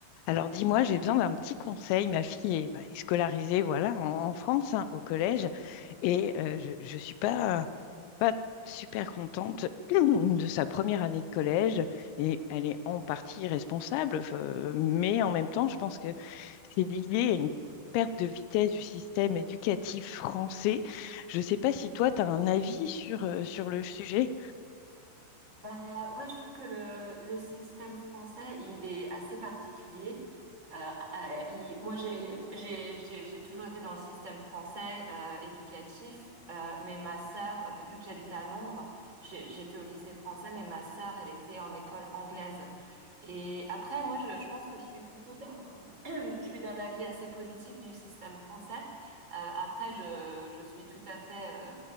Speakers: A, on the left; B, on the right.
A: Alors dis-moi, j'ai besoin d'un petit conseil. Ma fille est, bah, est scolarisée, voilà, en, en France, hein, au collège, et euh, je ne suis pas, pas super contente <clears throat> de sa première année de collège, et elle est en partie responsable, fe- mais en même temps, je pense que c'est lié à une perte de vitesse du système éducatif français. Je ne sais pas si toi, tu as un avis sur, euh, sur le sujet.
B: Bah ouais, je trouve que le, le système français, il est assez particulier. Euh, euh, il- moi, j'ai j'ai j'ai j'ai toujours été dans le système français euh, éducatif, euh, mais ma sœur, euh, vu que j'habite à Londres, j'ai- j'étais au lycée français, mais ma sœur, elle était en école anglaise. Et après, moi, je, je pense que je suis plutôt d'un, <clears throat> je suis d'un avis assez positif du système français. Euh, après, je, je suis tout à fait euh,